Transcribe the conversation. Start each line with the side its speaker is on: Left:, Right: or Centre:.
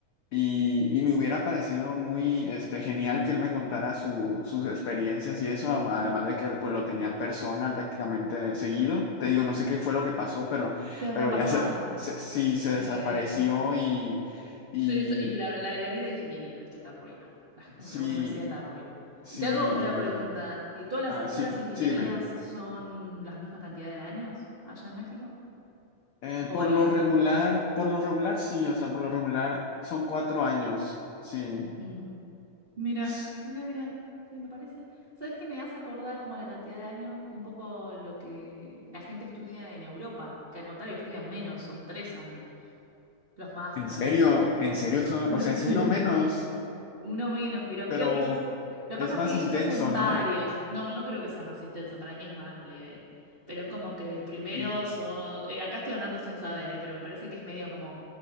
Left: Y, y me hubiera parecido muy, este, genial que él me contara su- sus experiencias y eso, ama- además de que él, pues, lo tenía en persona prácticamente seguido. Te digo, no sé qué fue lo que pasó, pero,
Right: ¿Qué habrá
Left: pero
Right: pasado?
Left: ya se, se- sí, se
Right: Eh,
Left: desapareció y... Y,
Right: sí, sí, y la, la, la vida de ingeniería, ¿viste? está arruina. La,
Left: Sí,
Right: la universidad está arruina.
Left: sí,
Right: Y te
Left: y-
Right: hago una pregunta. ¿Y ¿Todas las,
Left: ah, sí,
Right: todas las ingenierías
Left: sí, dime.
Right: son la misma cantidad de años allá en México?
Left: Eh, por
Right: ¿O varían?
Left: lo regular, por lo regular sí, o sea, por lo regular son cuatro años, sí.
Right: Mm. Mira,
Left: S-
Right: mira, mira. Sí, me parece. ¿Sabes qué me hace acordar como la cantidad de años? Un poco lo que la gente estudia en Europa, que al contrario estudian menos, son tres años. Los másters
Left: En serio,
Right: y...
Left: en serio, son-
Right: <laughs>
Left: o sea, es
Right: Sí,
Left: uno menos,
Right: uno menos, pero
Left: pero
Right: creo que ellos, lo
Left: es
Right: que pasa
Left: más
Right: es que
Left: intenso,
Right: ellos hacen
Left: ¿no?
Right: varios, no, no creo que sea más intenso, para mí es más leve, pero es como que primero,
Left: Y,
Right: so- eh, acá estoy hablando sin saber, eh, pero me parece que es medio como,